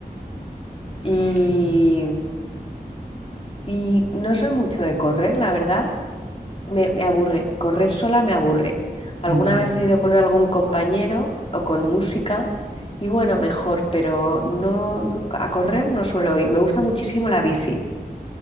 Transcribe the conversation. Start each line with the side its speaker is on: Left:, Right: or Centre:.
Left: Y,
Right: <laughs> Sí.
Left: y no soy mucho de correr, la verdad. Me, me aburre. Correr sola me aburre. Alguna
Right: Mm,
Left: vez he ido con algún compañero o con música. Y bueno, mejor, pero no no- a correr no suelo ir. Me gusta muchísimo la bici.